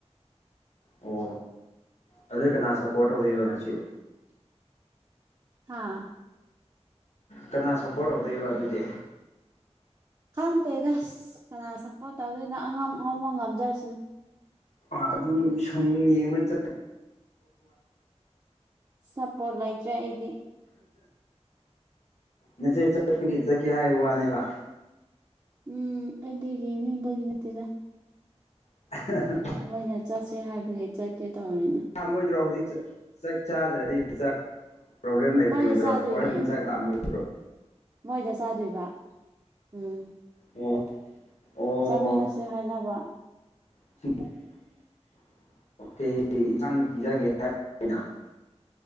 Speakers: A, on the left; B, on the right.
A: ꯑꯣ ꯑꯗꯨꯅ ꯀꯅꯥ ꯁꯞꯄꯣꯔꯠ ꯇꯧꯗꯣꯏꯕ ꯉꯁꯤ
B: ꯍꯥ
A: ꯀꯅꯥ ꯁꯞꯄꯣꯔꯠ ꯇꯧꯗꯣꯏꯕ ꯑꯗꯨꯗꯤ
B: ꯈꯪꯗꯦꯗꯁ ꯀꯅꯥ ꯁꯞꯄꯣꯔꯠ ꯇꯧꯗꯣꯏꯅꯣ ꯑꯉꯝ ꯑꯉꯝꯕ ꯉꯥꯝꯖꯁꯥꯅꯣ
A: ꯑꯗꯨꯝ ꯁꯨꯝ ꯌꯦꯡꯕ ꯆꯠ
B: ꯁꯞꯄꯣꯔꯠ ꯂꯩꯇ꯭ꯔꯦ ꯑꯩꯗꯤ
A: ꯅꯆꯦ ꯆꯠꯄꯒꯤ ꯆꯠꯀꯦ ꯍꯥꯏꯕ ꯋꯥꯅꯦꯕ
B: ꯎꯝ ꯑꯩꯗꯤ ꯌꯦꯡꯅꯤꯡꯕꯒꯤ ꯅꯠꯇꯦ ꯗꯥ
A: <unintelligible>
B: ꯃꯣꯏꯅ ꯆꯠꯁꯦ ꯍꯥꯏꯕꯒꯤ ꯆꯠꯀꯦ ꯇꯧꯔꯤꯅꯦ
A: ꯃꯣꯏꯗ꯭ꯔꯣ ꯍꯧꯖꯤꯛ ꯆꯥꯛ ꯆꯥꯗ꯭ꯔꯗꯤ ꯆꯥꯛ ꯄ꯭ꯔꯣꯕ꯭ꯂꯦꯝ ꯂꯩꯔꯣꯏꯗ꯭ꯔꯣ
B: ꯃꯣꯏꯗ ꯆꯥꯗꯣꯏꯅꯦ
A: ꯍꯣꯔꯦꯟ ꯆꯥꯛ ꯂꯥꯝ ꯑꯔꯣꯏꯗ꯭ꯔꯣ
B: ꯃꯣꯏꯗ ꯆꯥꯗꯣꯏꯕ ꯎꯝ
A: ꯑꯣ ꯑꯣ
B: ꯆꯥꯃꯤꯟꯅꯁꯦ ꯍꯥꯏꯅꯕ
A: <unintelligible>